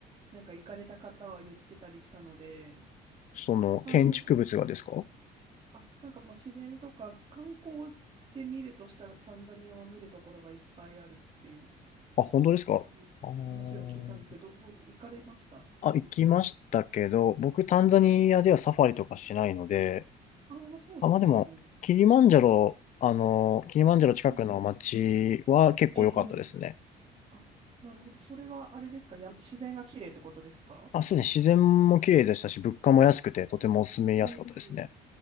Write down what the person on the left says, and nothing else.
その、
建築物がですか
あ、本当ですかあー
あ、行きましたけど、僕タンザニアではサファリとかしないので、
あ、まあでも、キリマンジャロ、あの、キリマンジャロ近くの街は結構良かったですね。
あ、そうですね。自然も綺麗でしたし、物価も安くて、とても住みやすかったですね。